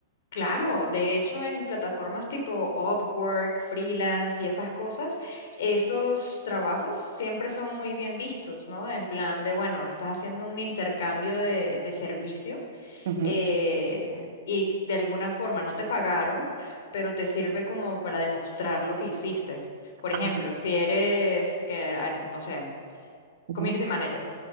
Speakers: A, on the left; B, on the right.
A: Claro, de hecho en plataformas tipo Upwork, freelance y esas cosas, esos trabajos siempre son muy bien vistos, ¿no? En plan de, bueno, estás haciendo un intercambio de, de servicio
B: Ujú.
A: eh, y de alguna forma no te pagaron, pero te sirve como para demostrar lo que hiciste. Por ejemplo,
B: Ah,
A: si eres, que, ah, no sé,
B: ujú,
A: Community manager.